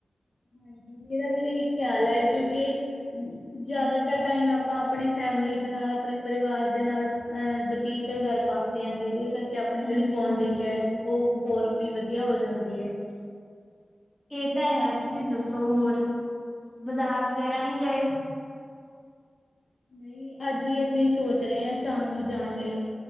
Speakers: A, on the left; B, on the left.
A: ਹਾਂਜੀ, ਮੇਰਾ ਵੀ ਇਹੀ ਖਿਆਲ ਐ ਕਿਉਂਕਿ ਜਿਆਦਾਤਰ ਟਾਈਮ ਆਪਾਂ ਆਪਣੇ ਫੈਮਿਲੀ ਦੇ ਨਾਲ ਆਪਣੇ ਪਰਿਵਾਰ ਦੇ ਨਾਲ ਅ ਬਤੀਤ ਕਰ ਪਾਉਂਦੇ ਆ ਜਿਦੇ ਕਰਕੇ ਆਪਣੀ
B: ਹਾਂਜੀ-ਹਾਂਜੀ
A: ਜਿਹੜੀ ਬੋਂਡਿੰਗ ਹੈ ਉਹ ਹੋਰ ਵੀ ਵਧੀਆ ਹੋ ਜਾਂਦੀ ਹੈ
B: ਇਹ ਤਾਂ ਹੈ ਤੁਸੀਂ ਦੱਸੋ ਹੋਰ ਬਾਜ਼ਾਰ ਵਗੈਰਾ ਨਹੀਂ ਗਏ <inaudible> <unintelligible>
A: ਨਹੀਂ ਅੱਜ ਹੀ ਅਸੀਂ ਸੋਚ ਰਹੇ ਹਾਂ ਸ਼ਾਮ ਨੂੰ ਜਾਣ ਲਈ